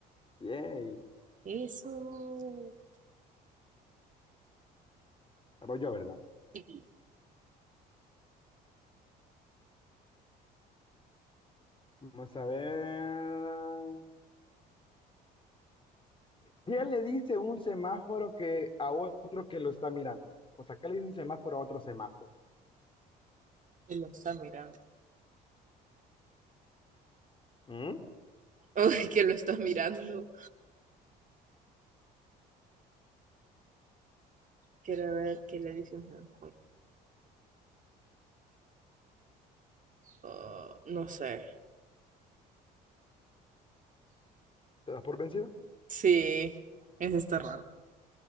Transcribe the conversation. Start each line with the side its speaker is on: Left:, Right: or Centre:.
Left: Yay,
Right: Eso.
Left: voy yo, ¿verdad?
Right: Y- y
Left: Vamos a ver. ¿Qué le dice un semáforo que a otro que lo está mirando? O sea, ¿qué le dice un semáforo a otro semáforo?
Right: Que lo está mirando.
Left: ¿Mm?
Right: Uy, que lo está mirando. Quiero ver qué le dice un Ah, no sé.
Left: ¿Te das por vencido?
Right: Sí, eso está raro.